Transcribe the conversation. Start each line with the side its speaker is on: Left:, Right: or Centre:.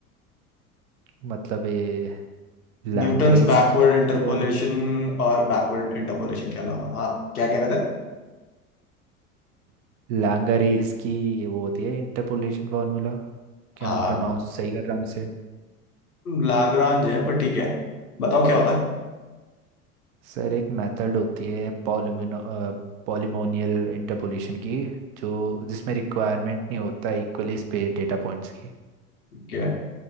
Right: मतलब ये लैंगरेज
Left: न्यूटन्स बैकवर्ड
Right: की बात
Left: इंटरपोलेशन
Right: कर रहे हो आप?
Left: और बैकवर्ड इंटरपोलेशन के अलावा हाँ क्या कह रहे थे
Right: लैंगरेज की वो होती है इंटरपोलेशन फार्मूला क्या
Left: हाँ
Right: मैं प्रोनाउंस सही कर रहा हूँ इसे
Left: लाग्रांज है पर ठीक है बताओ क्या होता है
Right: सर एक मेथड होती है पॉलिमिनो पॉलिमोनियल इंटरपोलेशन की जो जिसमें रिक्वायरमेंट नहीं होता इक्वली स्पेस डेटा पॉइंट्स की
Left: ठीक है